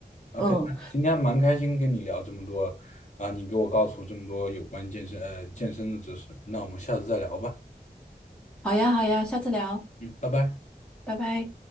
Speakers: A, on the left (about 45°); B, in the centre.
A: OK，
B: 嗯，
A: 今天蛮开心跟你聊这么多啊，你给我告诉这么多有关健身呃健身的知识，那我们下次再聊吧，
B: 好呀，好呀，下次聊，
A: 嗯，拜拜。
B: 拜拜。